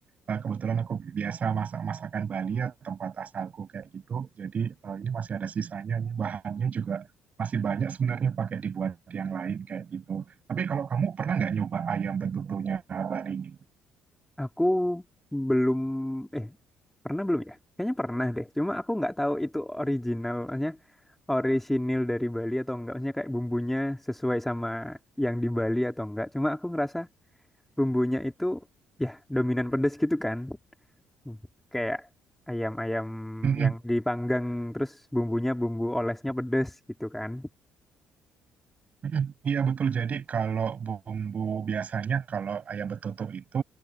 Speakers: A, on the right; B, in the centre.
A: eh, kebetulan aku biasa masak masakan Bali ya tempat asalku kayak gitu. Jadi eh, ini masih ada sisanya, ini bahannya juga masih banyak sebenarnya pakai dibuat yang lain kayak gitu. Tapi kalau kamu pernah nggak nyoba ayam betutunya Bali ini?
B: aku belum eh pernah belum ya? Kayaknya pernah deh. Cuma aku nggak tahu itu originalnya orisinil dari Bali atau enggak maksudnya kayak bumbunya sesuai sama yang di Bali atau enggak cuma aku ngerasa bumbunya itu ya dominan pedes gitu kan Hmm. kayak ayam-ayam
A: Mm-mm.
B: yang dipanggang terus bumbunya bumbu olesnya pedes gitu kan
A: Mm-mm. Iya betul. Jadi kalau bumbu biasanya kalau ayam betutuk itu